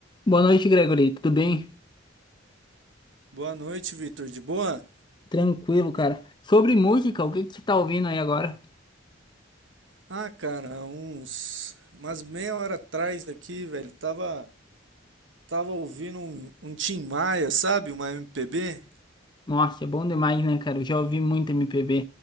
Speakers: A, on the left; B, on the right.
A: Boa noite, Gregory. Tudo bem?
B: Boa noite, Vitor. De boa?
A: Tranquilo, cara. Sobre música, o que que você tá ouvindo aí agora?
B: Ah, cara, uns. Mas meia hora atrás aqui, velho, tava. Tava ouvindo um, um Tim Maia, sabe? Uma MPB.
A: Nossa, é bom demais, né, cara? Eu já ouvi muito MPB.